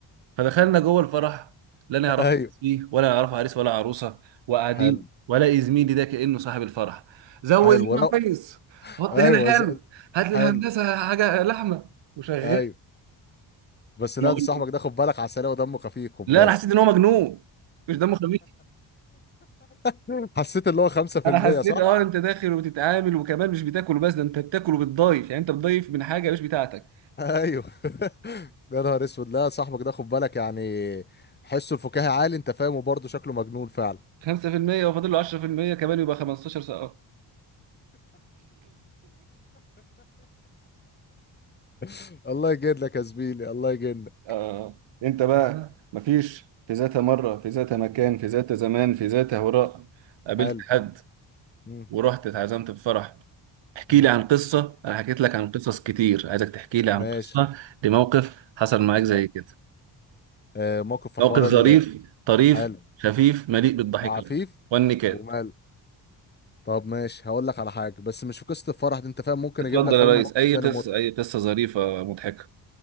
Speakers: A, on the right (about 80°); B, on the left (about 25°).
A: فدخلنا جوه الفرح لا نعرف
B: <laughs> ايوه
A: فيه ولا نعرف عريس ولا عروسه وقاعدين
B: حلو
A: ولا زميلي ده كانه صاحب الفرح زود
B: حلو ورق
A: هنا كويس حط
B: ايوه
A: هنا
B: ز...
A: حلو هات للهندسه
B: حلو
A: حاجه لحمه وشغال
B: ايوه بس لا
A: أنا أقول-
B: ده صاحبك ده خد بالك عسلية ودمه خفيف خد
A: لا
B: بالك
A: انا حسيت ان هو مجنون مش دمه خفيف
B: <laughs> حسيت اللي هو 5%
A: انا حسيت
B: صح؟
A: اه انت داخل وبتتعامل وكمان مش بتاكل بس ده انت بتاكل وبتضيف يعني انت بتضيف من حاجه مش بتاعتك
B: ايوه <laughs> يا نهار اسود لا صاحبك ده خد بالك يعني حسه الفكاهي عالي انت فاهم وبرضه شكله مجنون فعلا
A: 5% وفاضل له 10% كمان يبقى 15 سقط
B: <laughs> الله يجنك يا زميلي الله يجنك
A: آه. انت بقى آه. مفيش في ذات مرة في ذات مكان في ذات زمان في ذات هراء قابلت
B: حلو
A: حد
B: مم.
A: ورحت اتعزمت في فرح احكي
B: مم.
A: لي عن قصة انا حكيت لك عن قصص كتير عايزك تحكي لي عن
B: ماشي
A: قصة لموقف حصل معاك زي
B: حلو
A: كده
B: آه موقف في
A: موقف
B: حوار
A: ظريف
B: ال-
A: طريف
B: حلو
A: خفيف مليء بالضحكة
B: وعفيف
A: والنكات
B: وماله طب ماشي هقول لك على حاجه بس مش في قصه الفرح دي انت فاهم ممكن
A: اتفضل
B: اجيب لك فاهمني
A: يا ريس
B: موقف
A: اي
B: تاني
A: قصة
B: موت
A: اي قصة ظريفة مضحكة